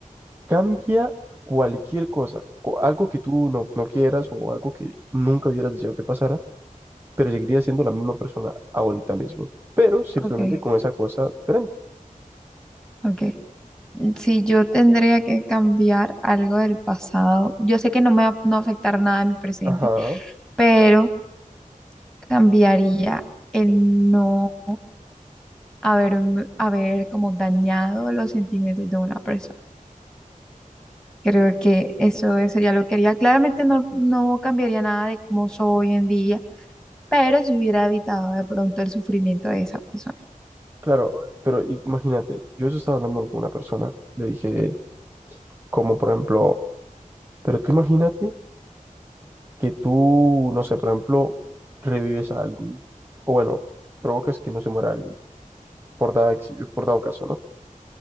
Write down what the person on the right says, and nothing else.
cambia cualquier cosa, co- algo que tú no, no quieras o algo que nunca hubieras deseado que pasara pero seguiría siendo la misma persona ahorita mismo, pero simplemente
con esa cosa diferente.
Ajá,
claro, pero imagínate, yo eso estaba hablando con una persona, le dije, como por ejemplo, pero tú imagínate que tú, no sé, por ejemplo, revives a alguien, o bueno, provocas que no se muera alguien, por dado, ex- por dado caso, ¿no?